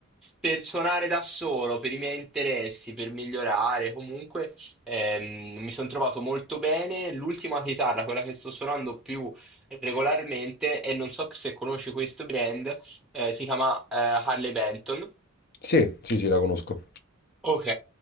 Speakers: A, in the centre; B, on the left.
A: per suonare da solo, per i miei interessi, per migliorare, comunque ehm, mi sono trovato molto bene. L'ultima chitarra, quella che sto suonando più regolarmente e non so se conosci questo brand, eh, si chiama eh, Harley Benton
B: Sì, sì, sì, la conosco.
A: Ok,